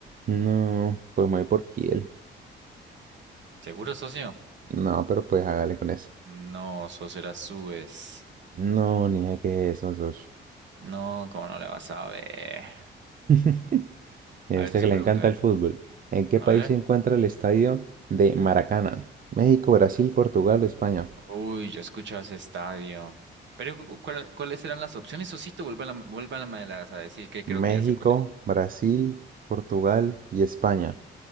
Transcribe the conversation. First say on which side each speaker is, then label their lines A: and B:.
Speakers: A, on the right; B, on the right.
A: No, pues me voy por Kiel.
B: ¿Seguro, socio?
A: No, pero pues hágale con eso.
B: No, socio, era Suez.
A: No, ni idea qué es eso, socio.
B: No, ¿cómo no le vas a ver?
A: <laughs> Y a
B: A
A: usted
B: ver, socio,
A: que le
B: pregúntame.
A: encanta el fútbol. ¿En qué
B: A
A: país
B: ver.
A: se encuentra el estadio de Maracaná? México, Brasil, Portugal o España.
B: Uy, yo he escuchado ese estadio. Pero, ¿cu- cu- cuál- ¿cuáles eran las opciones, socito? Vuelvan a, vuélvanmelas a decir que creo
A: México,
B: que ya sé cuáles.
A: Brasil, Portugal y España.